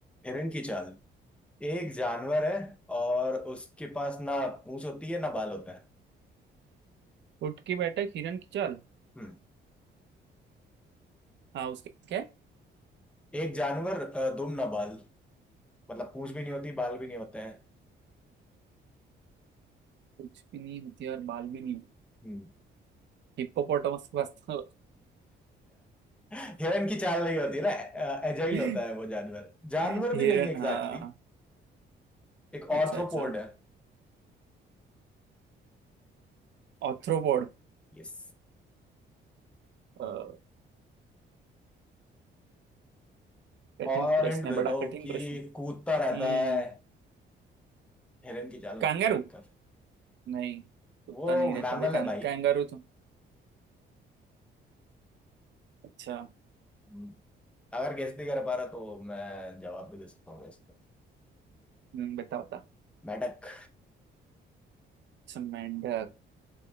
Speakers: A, in the centre; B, on the right.
A: हिरण की चाल एक जानवर है और उसके पास ना पूंछ होती है ना बाल होता है
B: उठ के बैठा एक हिरन की चाल
A: हम्म
B: हाँ उसके क्या है?
A: एक जानवर अ, दुम ना बाल मतलब पूंछ भी नहीं होती बाल भी नहीं होते हैं
B: कुछ भी नहीं होती और बाल भी नहीं होती
A: <laughs> हम्म
B: हिप्पोपोटामस के पास तो
A: हिरन की चाल नहीं होती ना एजाइल
B: <laughs>
A: होता है वो जानवर जानवर भी
B: हिरन
A: नहीं एग्जैक्टली
B: हाँ
A: exactly, एक
B: अच्छा
A: ऑर्थ्रोपोड
B: अच्छा
A: है
B: ऑर्थ्रोपोड
A: यस
B: अ, कठिन
A: और
B: प्रश्न
A: हिंट देता
B: है बड़ा
A: हूँ
B: कठिन
A: कि
B: प्रश्न
A: कूदता रहता
B: हम्म
A: है हिरन की चाल मतलब
B: कांगारू
A: लिखकर
B: नहीं कुत्ता
A: वो
B: नहीं
A: मैमल
B: रहता भाई कां,
A: है भाई
B: कांगारू तो अच्छा
A: हम्म, अगर गेस नहीं कर पा रहा तो मैं जवाब भी दे सकता हूँ इस पे
B: हम्म, बता बता
A: मेंढक
B: अच्छा मेंढक